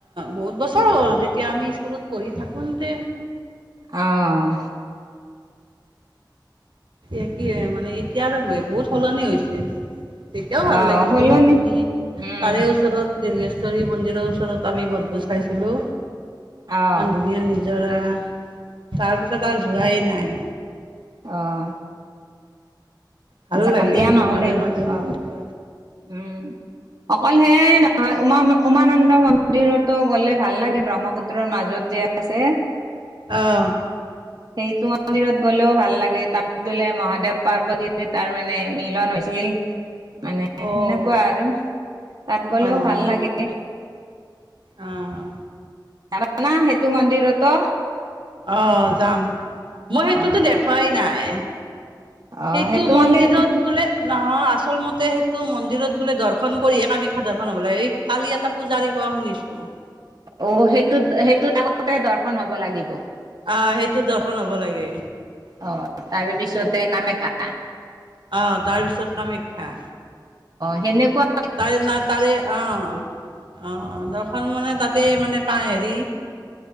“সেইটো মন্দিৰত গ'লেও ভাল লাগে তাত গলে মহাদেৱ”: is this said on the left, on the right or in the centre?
Right